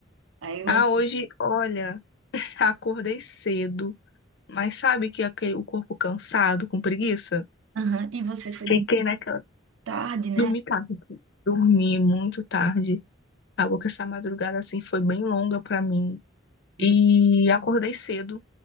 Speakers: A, on the right (about 75°); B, on the left (about 60°).
A: Aí, mas.
B: Ah, hoje, olha, <laughs> acordei cedo, mas sabe que aquele, o corpo cansado, com preguiça?
A: Aham, E você foi
B: Fiquei
A: dormir
B: naquela.
A: tarde, né?
B: Dormi tarde. Dormi muito tarde. Acabou que essa madrugada, assim, foi bem longa pra mim.
A: Hum,
B: E acordei cedo,